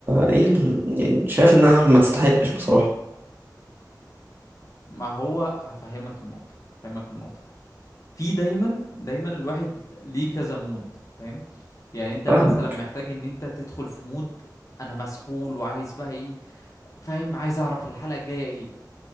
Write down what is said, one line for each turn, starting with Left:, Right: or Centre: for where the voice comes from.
Right: ايه ال... يعني شايف انها ما تستحقش بصراحة
Left: ما هو هفهمك النقطة هفهمك النقطة في دايما دايما الواحد ليه كذا مود فاهم يعني انت
Right: فاهمك
Left: مثلا محتاج ان انت تدخل في مود انا مسحول وعايز بقى ايه فاهم عايز اعرف الحلقة الجاية ايه